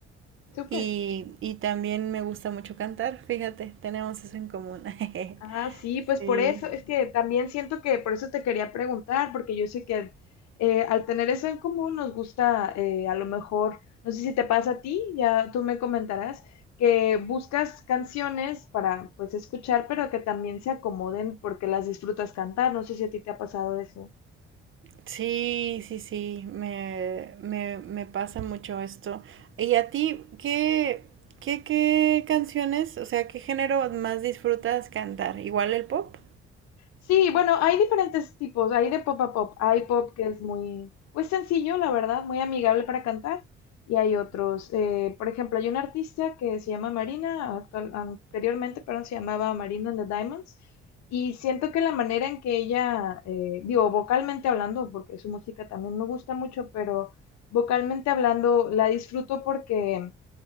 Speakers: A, on the left; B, on the right.
A: Súper.
B: y, y también me gusta mucho cantar, fíjate, tenemos eso en común. <laughs>
A: Ah, sí, pues
B: Sí.
A: por eso, es que también siento que por eso te quería preguntar, porque yo sé que eh, al tener eso en común nos gusta, eh, a lo mejor, no sé si te pasa a ti, ya tú me comentarás, que buscas canciones para pues escuchar, pero que también se acomoden porque las disfrutas cantar, no sé si a ti te ha pasado eso.
B: Sí, sí, sí, me, me, me pasa mucho esto. ¿Y a ti qué, qué, qué canciones, o sea, qué género más disfrutas cantar? ¿Igual el pop?
A: Sí, bueno, hay diferentes tipos, hay de pop a pop. Hay pop que es muy, pues sencillo, la verdad, muy amigable para cantar. Y hay otros, eh, por ejemplo, hay una artista que se llama Marina, actual- anteriormente, perdón, se llamaba Marina and the Diamonds. Y siento que la manera en que ella, eh, digo, vocalmente hablando, porque su música también me gusta mucho, pero vocalmente hablando la disfruto porque